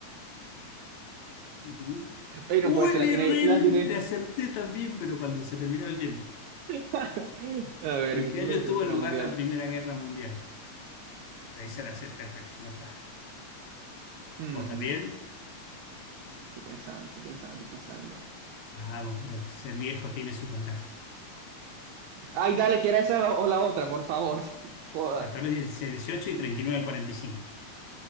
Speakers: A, on the left (about 70°); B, on the right (about 80°).
A: ujú.
B: Ey,
A: Uy,
B: no puede ser,
A: le,
B: la tiene,
A: erré,
B: la
A: le-
B: tiene.
A: le acerté también, pero cuando se terminó el tiempo.
B: <laughs> A ver,
A: ¿En
B: que
A: qué
B: tuvo
A: año
B: la Primera
A: tuvo
B: Guerra
A: lugar
B: Mundial.
A: la Primera Guerra Mundial? Esa la sé perfecto, ya está.
B: Mm,
A: ¿Vos también?
B: Estoy pensando, estoy pensando, estoy pensando.
A: Ah, vos, ser viejo tiene sus ventajas.
B: Ay, dale, que era esa la- o la otra, por favor. <laughs> Joda.
A: 14, 18 y 39 al 45.